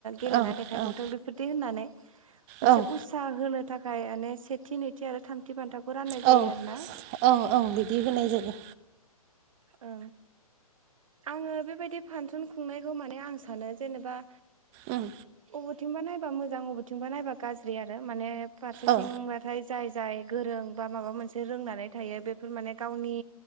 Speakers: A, on the right; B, on the right.
A: गेलेना
B: ओं
A: देखायबावथों
B: ओं
A: बेफोरदि होननानै मोनसे
B: ओं
A: उसा होनो थाखाय माने सेथि नैथि आरो थामथि बान्थाखौ राननाय
B: औ
A: जायो आरो ना।
B: औ औं बिदि होनाय जायो।
A: औ। आङो बेबायदि फानसन खुंनायखौ माने आं सानो जेनेबा
B: ओं।
A: बबेथिंबा नायबा मोजां अबेथिंबा नायबा गाज्रि आरो माने फारसेथिं
B: ओ
A: थाय जाय जाय गोरों बा माबा मोनसे रोंनानै थायो बेफोर माने गावनि